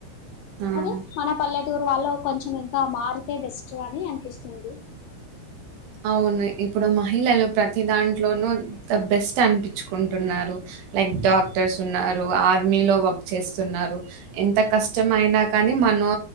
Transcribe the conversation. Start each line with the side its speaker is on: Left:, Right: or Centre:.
Right: ఆ!
Left: అదే మన పల్లే త్తులు వాళ్లే కొంచెం ఇంకా మారితే బెస్ట్ గాని అని ఇస్తుంది
Right: అవును ఇప్పుడు మహిళలు ప్రతి దాంట్లోనూ ద బెస్ట్ అనిపించుకుంటున్నారు లైక్ డాక్టర్స్ ఉన్నారు ఆర్మీలో వర్క్ చేస్తున్నారు ఎంత కష్టమ అయినా కానీ మనం